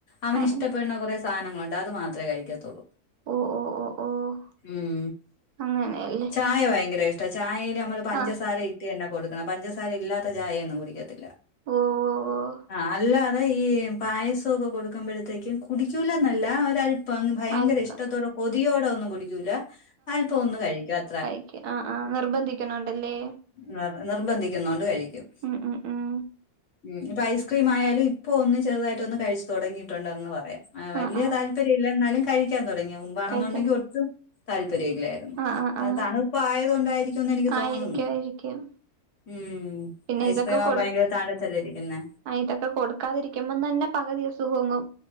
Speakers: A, on the left; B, on the right.
A: അവന്
B: ആഹ്
A: ഇഷ്ടപ്പെടുന്ന
B: ഉം
A: കൊറേ സാനങ്ങള്ണ്ട് അത് മാത്രെ കഴിക്കത്തോള്ളൂ.
B: ഓഹ് ഓഹ് ഓഹ് ഓഹ്
A: ഉം
B: അങ്ങനെയല്ലേ.
A: ചായ ഭയങ്കര ഇഷ്ടാ, ചായയിൽ നമ്മൾ പഞ്ചസാര
B: ആഹ്
A: ഇട്ട് തന്നെ കൊടുക്കണം പഞ്ചസാര ഇല്ലാത്ത ചായയൊന്നും കുടിക്കത്തില്ല.
B: ഓഹ് ഓഹ്
A: ആഹ് അല്ലാതെ ഈമ് പായസക്കൊ കൊടുക്കുമ്പോഴത്തേക്കും കുടിക്കൂല എന്നല്ല ഒരല്പം ഭയങ്കര
B: അൽപ്പം
A: ഇഷ്ടത്തോടെ കൊതിയോടെ ഒന്നും കുടിക്കൂല അല്പം ഒന്നു കഴിക്കും അ
B: കഴിക്ക ആ ആ നിർബന്ധിക്ക്ണോണ്ടല്ലേ.
A: നി നിർബന്ധിക്കുന്നോണ്ട് കഴിക്കും
B: ഉം ഉം ഉം
A: ഇഞ്ഞ് ഇപ്പ ഐസ് ക്രീമായാലും ഇപ്പോ ഒന്ന് ചെറുതായിട്ട് ഒന്ന് കഴിച്ച് തൊടങ്ങിട്ടുണ്ടന്ന് പറയാം വലിയ
B: ആഹ് ആഹ്
A: താല്പര്യല്ല എന്നാലും കഴിക്കാൻ തൊടങ്ങിയത് മുമ്പാണെന്നുണ്ടെങ്കിൽ
B: കഴിക്കാൻ
A: ഒട്ടും താല്പര്യമില്ലായിരുന്നു.
B: ആഹ് ആഹ്
A: അഹ്
B: ആഹ്
A: തണുപ്പ് ആയത് കൊണ്ടായിരിക്കുന്ന് എനിക്ക് തോന്നുന്നു
B: ആയിരിക്കും ആയിരിക്കും
A: ഉം.
B: പിന്നെ
A: ഐസ്ക്രീം
B: ഇതൊക്കെ
A: ആവുമ്പോ
B: കൊടു
A: ഭയങ്കര തണുത്തല്ലേ ഇരിക്കുന്നെ.
B: ആ ഇതൊക്കെ കൊടുക്കാതിരിക്കുമ്പന്നെ പകുതി സുഖങ്ങും